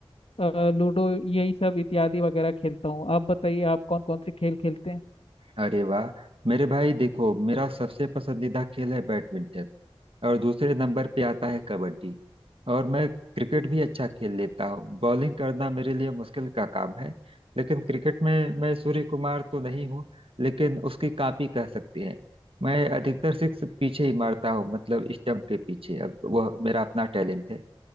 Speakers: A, on the left; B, on the right.
A: अ, लूडो यही सब इत्यादि वगैरह खेलता हूँ आप बताइए आप कौन कौन से खेल खेलते हैं
B: अरे वाह मेरे भाई देखो मेरा सबसे पसंदीदा खेल है बैडमिंटन और दूसरे नंबर पे आता है कबड्डी और मैं क्रिकेट भी अच्छा खेल लेता हूँ बॉलिंग करना मेरे लिए मुश्किल का काम है लेकिन क्रिकेट में मैं सूर्य कुमार तो नहीं हूँ लेकिन उसकी कॉपी कह सकते हैं मैं अधिकतर सिक्स पीछे ही मारता हूँ मतलब स्टंप के पीछे अब वह मेरा अपना टैलेंट है